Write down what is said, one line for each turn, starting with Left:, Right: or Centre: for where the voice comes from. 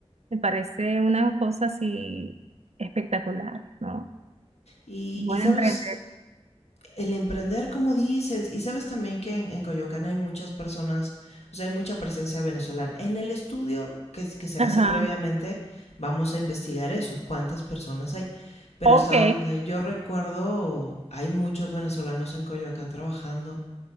Right: Me parece una cosa así espectacular, ¿no?
Left: Y,
Right: Buen
Left: y sabes,
Right: emprender.
Left: el emprender, como dices, y sabes también que en, en, Coyoacán hay muchas personas, o sea, hay mucha presencia venezolana. En el estudio que, que se
Right: Ajá.
Left: hace previamente, vamos a investigar eso, cuántas personas hay. Pero
Right: Ok.
Left: hasta donde yo recuerdo, hay muchos venezolanos en Coyoacán trabajando.